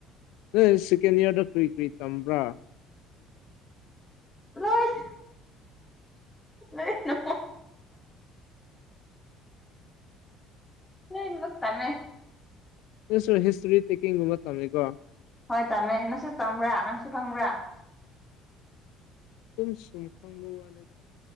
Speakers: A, on the left; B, on the left.
A: ꯅꯣꯏ ꯁꯦꯀꯦꯟ ꯏꯌꯥꯔꯗ ꯀꯔꯤ ꯀꯔꯤ ꯇꯝꯕ꯭ꯔꯥ
B: ꯂꯣꯏ ꯂꯣꯏꯅꯥ ꯂꯣꯏꯅꯃꯛ ꯇꯝꯃꯦ
A: ꯅꯪꯁꯨ ꯍꯤꯁꯇꯔꯤ ꯇꯦꯛꯀꯤꯡꯒꯨꯝꯕ ꯇꯝꯃꯤꯀꯣ
B: ꯍꯣꯏ ꯇꯝꯃꯦ ꯅꯪꯁꯨ ꯇꯝꯕ꯭ꯔꯥ ꯅꯪꯁꯨ ꯈꯪꯕ꯭ꯔꯥ
A: ꯑꯗꯨꯝ ꯁꯨꯝ ꯈꯪꯕꯋꯥꯅꯦꯗ